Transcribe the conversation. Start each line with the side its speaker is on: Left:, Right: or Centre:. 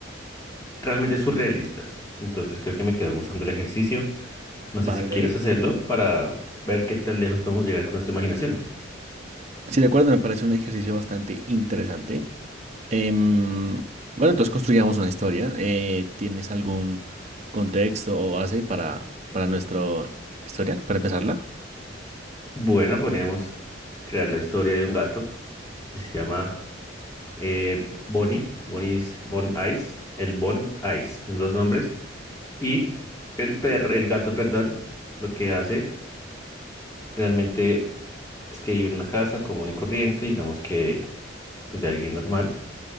Left: realmente surrealistas. Entonces creo que me quedó gustando el ejercicio. No sé
Right: Vale.
Left: si quieres hacerlo para ver qué tan lejos podemos llegar con nuestra imaginación.
Right: Sí, de acuerdo, me parece un ejercicio bastante interesante. Em, bueno, entonces construyamos una historia. Eh, ¿tienes algún contexto o base para, para nuestra historia, para empezarla?
Left: Bueno, podríamos crear la historia de un gato que se llama eh, Bonnie, Bonnie's Bon Ice, el Bon Ice, son dos nombres. Y el perro, el gato, perdón, lo que hace realmente es que vive en una casa común y corriente, digamos que pues de alguien normal.